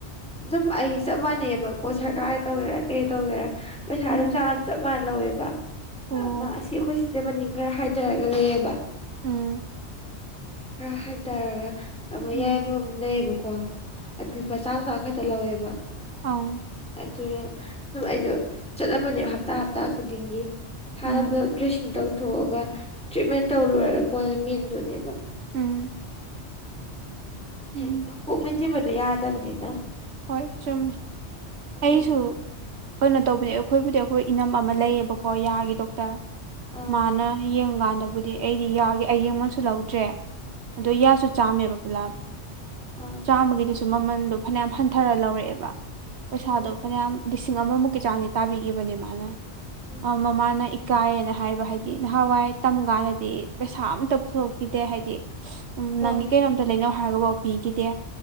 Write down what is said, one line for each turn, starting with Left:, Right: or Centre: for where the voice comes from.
Centre: ꯑꯗꯨꯝ ꯑꯩ ꯆꯞ ꯃꯥꯟꯅꯩꯕꯀꯣ ꯁꯔꯀꯥꯔ ꯇꯧꯒꯦꯔꯥ ꯀꯩ ꯇꯧꯒꯦꯔꯥ ꯄꯩꯁꯥ
Right: ꯑꯣ
Centre: ꯑꯗꯨꯝ ꯆꯥꯅ ꯆꯞ ꯃꯥꯟꯅ ꯂꯧꯋꯦꯕ
Right: ꯑꯣ
Centre: ꯃꯥ ꯑꯁꯤ ꯑꯩꯈꯣꯏ ꯁꯤꯇꯦ ꯃꯅꯤꯡ ꯈꯔ ꯍꯥꯏꯊꯔꯒ ꯂꯩꯑꯕ
Right: ꯎꯝ
Centre: ꯈꯔ ꯍꯥꯏꯊꯔꯒ ꯑꯃ
Right: ꯎꯝ
Centre: ꯌꯥꯏ ꯑꯃꯃꯝ ꯂꯩꯌꯦꯕꯀꯣ ꯑꯗꯨ ꯂꯨꯄꯥ ꯆꯥꯝ ꯆꯥꯝ ꯈ ꯇ ꯂꯧꯋꯦꯕ
Right: ꯑꯥꯎ
Centre: ꯑꯗꯨ ꯑꯗꯨꯝ ꯑꯩꯗꯣ ꯆꯠꯂꯝꯃꯅꯦꯕ ꯍꯞꯇꯥ ꯍꯞꯇꯥ ꯈꯨꯗꯤꯡꯒꯤ ꯍꯥꯟꯅ
Right: ꯎꯝ
Centre: ꯄꯨꯂꯞ ꯗ꯭ꯔꯦꯁꯤꯡ ꯇꯧꯊꯣꯛꯑꯒ ꯇ꯭ꯔꯤꯠꯃꯦꯟ ꯇꯧ ꯂꯣꯢꯔꯒ ꯀꯣꯅ ꯃꯦꯟꯗꯧꯏꯅꯦꯕ
Right: ꯎꯝ ꯎꯝ
Centre: ꯍꯣꯏ ꯀꯣꯛ ꯃꯦꯟꯁꯤꯟꯕꯗꯨ ꯌꯥꯗꯕꯅꯤꯅ
Right: ꯍꯣꯏ ꯆꯨꯝꯃꯦ
Centre: ꯑꯗꯨ
Right: ꯑꯩꯁꯨ ꯀꯩꯅꯣ ꯇꯧꯕꯅꯦ ꯑꯩꯈꯣꯏꯕꯨꯗꯤ ꯑꯩꯈꯣꯏ ꯏꯅꯝ ꯑꯃ ꯂꯩꯌꯦꯕꯀꯣ ꯌꯥꯒꯤ ꯗꯣꯛꯇꯔ
Centre: ꯑꯥ
Right: ꯃꯥꯅ ꯌꯦꯡꯀꯥꯟꯗꯕꯨꯗꯤ ꯑꯩꯗꯤ ꯌꯥꯒꯤ ꯑꯌꯦꯡꯃꯟꯁꯨ ꯂꯧꯗ꯭ꯔꯦ ꯑꯗꯣ ꯌꯥꯁꯨ
Centre: ꯑꯥ
Right: ꯆꯥꯝꯃꯦꯕ ꯄꯨꯂꯥꯞ
Centre: ꯑꯥ
Right: ꯆꯥꯝꯃꯒꯤꯗꯨꯁꯨ ꯃꯃꯟꯗꯣ ꯐꯅꯌꯥꯝ ꯍꯟꯊ ꯊꯔ ꯂꯧꯔꯛꯑꯦꯕ ꯄꯩꯁꯥꯗꯣ
Centre: ꯎꯝ
Right: ꯐꯅꯌꯥꯝ ꯂꯤꯁꯤꯡ ꯑꯃꯃꯨꯛꯀꯤ ꯆꯥꯡꯗꯤ ꯇꯥꯕꯤꯒꯤꯕꯅꯦ ꯃꯥꯅ
Centre: ꯎꯝ
Right: ꯑ ꯃꯃꯥꯅ ꯢ ꯀꯥꯏꯑꯅ ꯍꯥꯏꯕ ꯍꯥꯏꯗꯤ ꯅꯍꯥꯟꯋꯥꯏ ꯇꯝ ꯀꯥꯟꯗꯗꯤ ꯄꯩꯁꯥ ꯑꯝꯇ ꯄꯨꯊꯣꯛꯈꯤꯗꯦ ꯍꯥꯏꯗꯤ ꯎꯝ
Centre: ꯍꯣꯏ
Right: ꯅꯪꯒꯤ ꯀꯩꯅꯣꯝꯇ ꯂꯩꯅꯧ ꯍꯥꯏꯔꯒꯕꯥꯎ ꯄꯤꯈꯤꯗꯦ